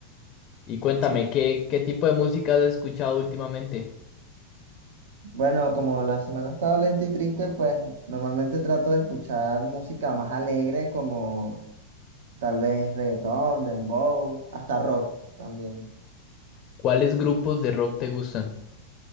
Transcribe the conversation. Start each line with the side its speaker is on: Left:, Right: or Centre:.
Left: Y cuéntame,
Right: Sí.
Left: ¿qué, qué tipo de música has escuchado últimamente?
Right: Bueno, como la semana ha estado lenta y triste, pues normalmente trato de escuchar música más alegre, como tal vez reggaetón, dembow, hasta rock también.
Left: ¿Cuáles grupos de rock te gustan?